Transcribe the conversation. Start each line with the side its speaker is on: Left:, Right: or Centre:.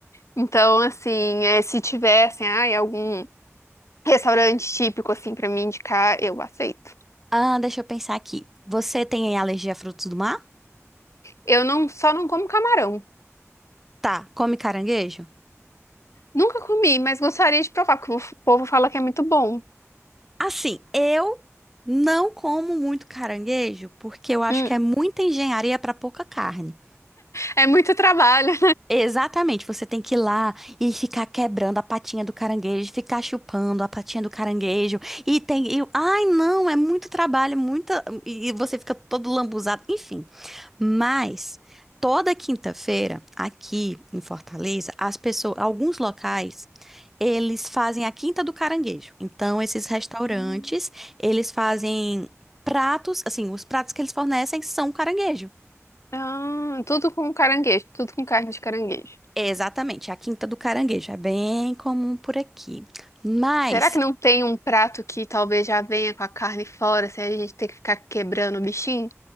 Left: Então, assim, é, se tiver assim, ai, algum restaurante típico assim para me indicar, eu aceito.
Centre: Ah, deixa eu pensar aqui. Você tem alergia a frutos do mar?
Left: Eu não só não como camarão.
Centre: Tá, come caranguejo?
Left: Nunca comi, mas gostaria de provar, porque o povo fala que é muito bom.
Centre: Assim, eu não como muito caranguejo porque eu acho
Left: Hum,
Centre: que é muita engenharia pra pouca carne.
Left: é muito trabalho.
Centre: Exatamente, você tem que ir lá e ficar quebrando a patinha do caranguejo, ficar chupando a patinha do caranguejo, e tem, e- ai não, é muito trabalho, muita, e e você fica todo lambuzado, enfim. Mas toda quinta-feira aqui em Fortaleza, as pessoas, alguns locais, eles fazem a Quinta do Caranguejo. Então esses restaurantes,
Left: <laughs>
Centre: eles fazem pratos, assim, os pratos que eles fornecem são caranguejo.
Left: Ah, tudo com caranguejo, tudo com carne de caranguejo.
Centre: Exatamente, é a Quinta do Caranguejo é bem comum por aqui. Mas,
Left: Será que não tem um prato que talvez já venha com a carne fora, se a gente ter que ficar quebrando o bichinho?